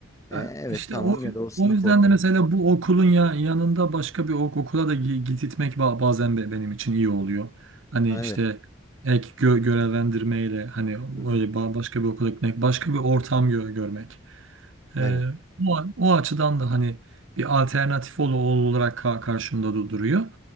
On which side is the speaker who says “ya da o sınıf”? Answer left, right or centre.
Left